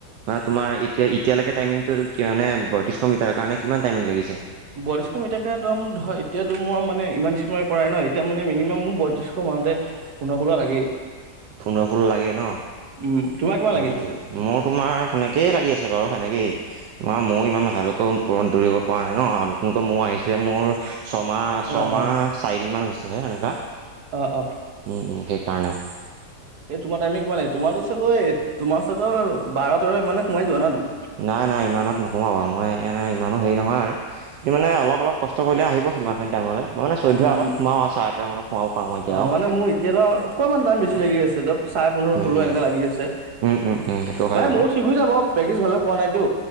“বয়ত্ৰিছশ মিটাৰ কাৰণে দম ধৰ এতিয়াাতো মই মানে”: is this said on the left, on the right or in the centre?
Right